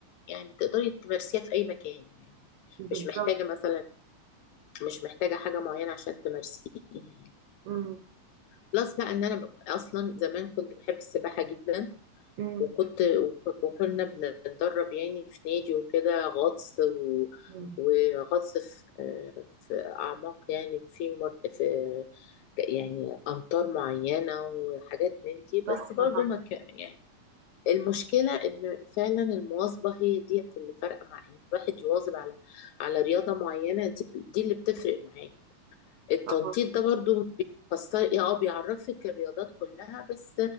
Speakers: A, on the left (about 70°); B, on the right (about 75°).
A: يعني تقدري تمارسيها في اي مكان يعني
B: بالظبط
A: مش محتاجه مثلا مش محتاجه حاجه معينه عشان تمارسيها يعني
B: مم.
A: بلس بقى ان انا ب- اصلا زمان كنت بحب السباحه جدا
B: مم.
A: وكنت وكنا بنتدرب يعني في نادي وكده غطس و...
B: مم.
A: وغطس في في أعماق يعني في مر... في يعني أمطار معينة وحاجات من دي بس
B: تحفة
A: برضو
B: طبعا
A: ما كان يعني المشكلة إن فعلا المواظبة هي ديت اللي فارقة مع إن الواحد يواظب على على رياضة معينة دي دي اللي بتفرق معاه التنطيط
B: آه.
A: ده برضو بيفسر اه بيعرفك الرياضات كلها بس